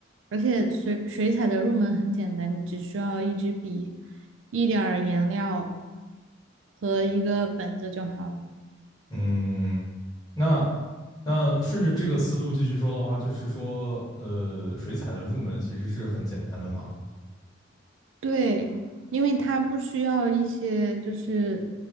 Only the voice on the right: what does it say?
而且水水彩的入门很简单，你只需要一支笔、一点儿颜料和一个本子就好了。
对，因为它不需要一些就是